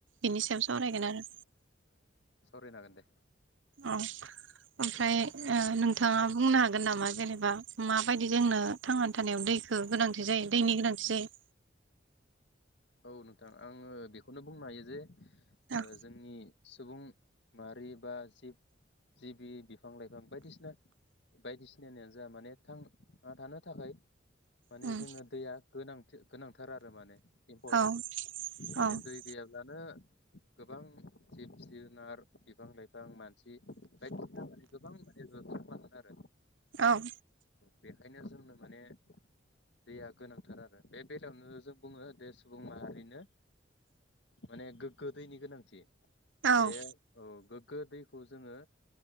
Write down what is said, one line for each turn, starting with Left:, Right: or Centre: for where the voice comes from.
Right: बिनि सायाव सावरायगोन आरो
Left: राय जागोन दे
Right: औ ओमफ्राय ओ नोंथाङा बुंनो हागोन नामा जेनेबा माबायदि जोंनो थांनानै थानायाव दैखो गोनांथि जायो दैनि गोनांथि जायो?
Left: औ नोंथां आङो बेखौनो बुंनो हायो जे ओ
Right: औ
Left: जोंनि सुबुं माहारि बा जिब जिबि बिफां लाइफां बायदिसिना बायदिसिनायानो जा माने थां थानो थाखाय माने
Right: उम
Left: जोंनो दैया गोनांथि गोनांथार आरो माने इम्पर्टेन्ट
Right: औ
Left: माने
Right: औ
Left: दै गैयाब्लानो गोबां जिब जुनार, बिफां लाइफां, मानसि बायदिसिना माने गोबां माने जालांगोन आरो।
Right: औ
Left: बेखायनो जोंनो माने दैया गोनांथार आरो बे बेलायावनो जों बुङो बेे सुबुं माहारिनो माने गोग्गो दैनि गोनांथि।
Right: औ
Left: बे औ गोग्गो गो दैखौ जोङो